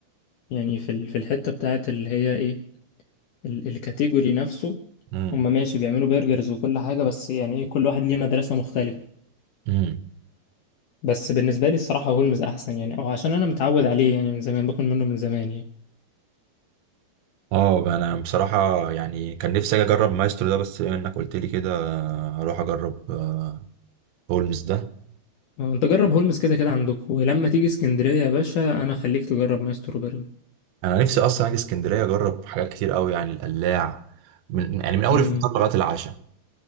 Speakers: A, on the left; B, on the right.
A: يعني في ال- في الحتة بتاعت اللي هي ايه ال- الكاتيجوري نفسه
B: امم
A: هم ماشي بيعملوا برجرز وكل حاجة بس يعني ايه كل واحد ليه مدرسة مختلفة
B: امم
A: بس بالنسبة لي الصراحة هولمز أحسن يعني أو عشان أنا متعود عليه يعني من زمان باكل منه من زمان يعني
B: اه بقى انا بصراحة يعني كان نفسي اجي اجرب مايسترو ده بس بما انك قلت لي كده هروح اجرب آه، هولمز ده
A: أه، أنت جرب هولمز كده كده عندك ولما تيجي اسكندرية يا باشا أنا خليك تجرب مايسترو برجر
B: انا نفسي اصلا اجي اسكندريه اجرب حاجات كتير قوي يعني القلاع من يعني من اول
A: أمم
B: الفطار لغايه العشاء